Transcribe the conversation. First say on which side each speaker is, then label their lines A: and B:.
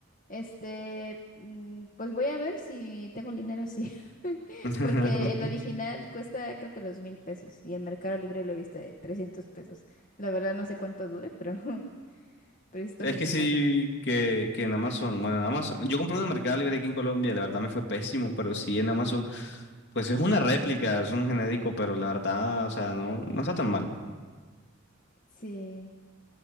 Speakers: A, on the left; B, on the left.
A: Este, mm, pues voy a ver si tengo el dinero, sí. <laughs>
B: <laughs>
A: Porque el original cuesta creo que dos mil pesos y en Mercado Libre lo he visto de 300 pesos. La verdad no sé cuánto dure, pero, <laughs> pero sí está
B: Es
A: mucho
B: que sí,
A: más barato.
B: que, que en Amazon, bueno, en Amazon, yo compré una Mercado Libre aquí en Colombia, la verdad me fue pésimo, pero sí en Amazon, pues es una réplica, es un genérico, pero la verdad, o sea, no, no está tan mal.
A: Sí,